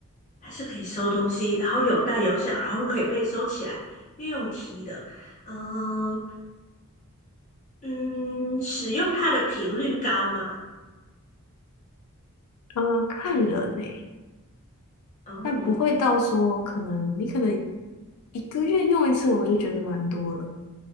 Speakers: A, on the left (about 35°); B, on the left (about 85°).
A: 它是可以收东西，然后有大有小，然后可以被收起来，又用提的。嗯嗯，使用它的频率高吗？
B: 呃，看人呢、
A: 哦，
B: 但不会到说可能你可能一个月用一次，我就觉得蛮多了，